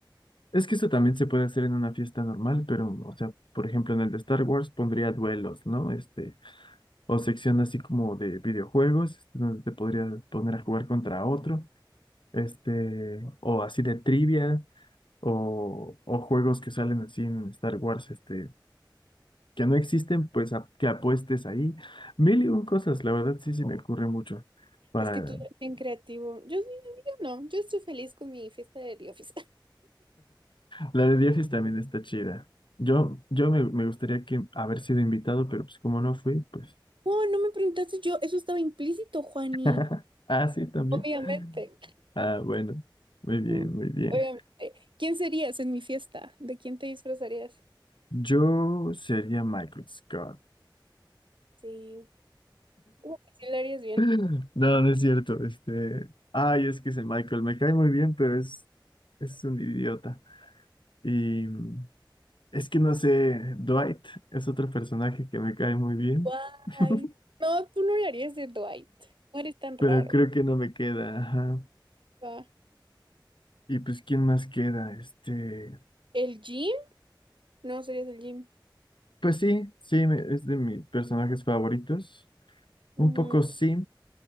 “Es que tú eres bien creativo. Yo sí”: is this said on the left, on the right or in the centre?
Right